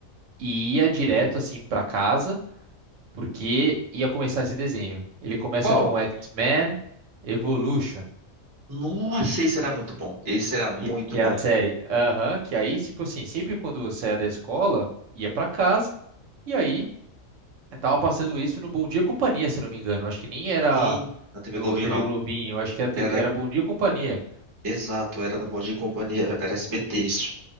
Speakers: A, on the right; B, on the right.
A: e ia direto assim para casa, porque ia começar esse desenho. Ele começa
B: Qual?
A: com X-Men Evolution,
B: Nossa, esse era muito bom. Esse era muito
A: que, que
B: bom.
A: é a série. Aham, que aí, tipo assim, sempre quando eu saía da escola, ia para casa. E aí Eu tava passando isso no Bom Dia e Companhia, se não me engano. Acho que nem era
B: Sim, na TV
A: no
B: Globinho
A: TV
B: não.
A: Globinho, acho que era, TV
B: Era na...
A: era Bom Dia e Companhia.
B: Exato, era no Bom Dia e Companhia, era SBT isso.